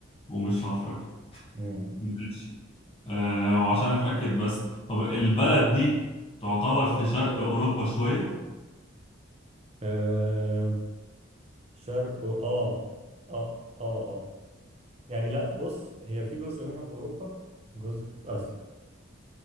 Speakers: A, on the left; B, on the right.
A: ومش هفرك
B: مم.
A: ماشي آه وعشان أتأكد بس طب البلد دي تعتبر في شرق أوروبا شوية
B: آه شرق و- آه آه آه آه يعني لا بص هي في جزء منها في أوروبا جزء في آسيا